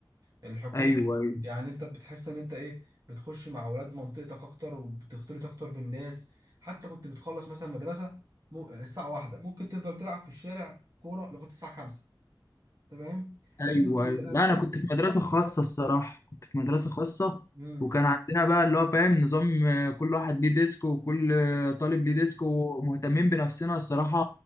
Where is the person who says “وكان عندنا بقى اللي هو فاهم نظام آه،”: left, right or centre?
Left